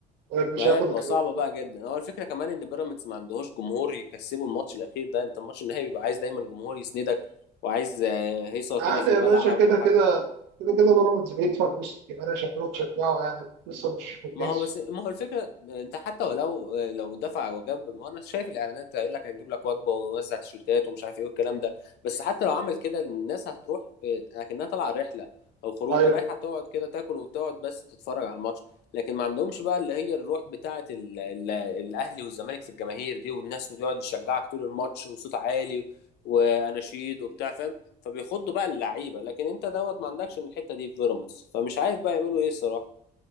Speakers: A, on the right; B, on the left.
A: آه، مش
B: ما
A: هياخد
B: هي هتبقى
A: البطوله
B: صعبة بقى جدا هو الفكرة كمان ان بيراميدز ما عندهوش جمهور يكسبه الماتش الاخير ده انت الماتش النهائي بيبقى عايز دايما جمهور يسندك وعايز آه، هيصة
A: عادي
B: كده في
A: يا
B: الملعب
A: باشا كده
B: وحاجة
A: كده كده كده بيراميدز بيدفع فلوس كتير انا شكله تشجعه يعني لسه مش في الكيس
B: ما هو بس ما هو الفكره انت حتى ولو لو دفع وجاب ما هو انا شايف الاعلانات هيقول لك هنجيب لك وجبه ونوزع تيشيرتات ومش عارف ايه والكلام ده بس حتى لو عمل كده الناس هتروح آه، لكنها طالعه رحله او خروج
A: ايوه
B: رايحه تقعد كده تاكل وتقعد بس تتفرج على الماتش لكن ما عندهمش بقى اللي هي الروح بتاعه ال ال الاهلي والزمالك في الجماهير دي والناس وتقعد تشجعك طول الماتش وصوت عالي واناشيد وبتاع فاهم فبيخضوا بقى اللعيبه لكن انت دوت ما عندكش من الحته دي في بيراميدز فمش عارف بقى يعملوا ايه الصراحه